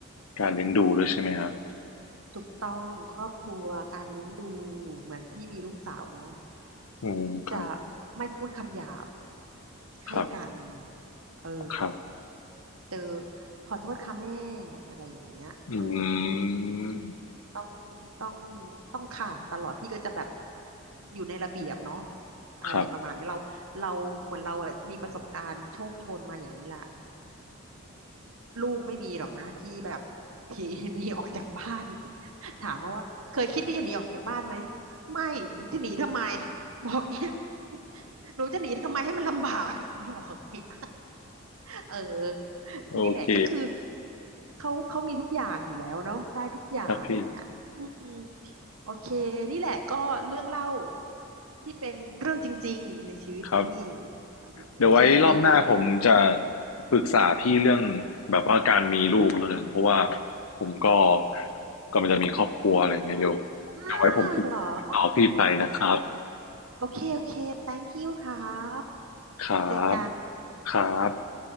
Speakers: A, on the left; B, on the right.
A: การเลี้ยงดูด้วยใช่ไหมครับ
B: ถูกต้องครอบครัวการเลี้ยงดูเหมือนพี่มีลูกสาวเนาะ
A: อืมครับ
B: จะไม่พูดคำหยาบให้กัน
A: ครับ
B: เออ
A: ครับ
B: เจอขอโทษค่ะแม่อะไรอย่างเงี้ยเออ
A: อืม
B: ต้องต้องต้องค่ะตลอดพี่ก็จะแบบอยู่ในระเบียบเนาะอะไรประมาณนี้เราเราเหมือนเราอะมีประสบการณ์โชคโชนมาอย่างนี้ละ
A: ครับ <laughs>
B: ลูกไม่มีหรอกนะที่แบบ <laughs> ที่ <laughs> หนีออกจากบ้าน <laughs> ถามเขาว่าเคยคิดที่จะหนีออกจากบ้านไหมไม่หนูจะหนีทำไมบอกเนี้ย <laughs> หนูจะหนีทำไมให้มันลำบาก <laughs> บอกเนี้ย <laughs> เออนี่แหละก็คือ
A: โอเค
B: เขาเขามีทุกอย่างอยู่แล้วเนาะได้ทุกอย่างอย่างเงี้ยอืม
A: ครับครับพี่
B: โอเคนี่แหละก็เรื่องเล่าที่เป็นเรื่องจริงๆในชีวิตพี่
A: ครับ
B: เออแชร์ริงให้เป็น
A: เดี๋ยวไว้รอบหน้าผมจะปรึกษาพี่เรื่องแบบว่าการมีลูกแล้วกันเพราะว่าผมก็กำลังจะมีครอบครัวอะไรเงี้ยเดี๋ยว
B: อ้าวเหรอโอ
A: เดี๋ยวไว้ผมติดต่อพี่ไปนะครับ
B: โอเค โอเค thank you ครับ
A: ครับ
B: เจอกัน
A: ครับ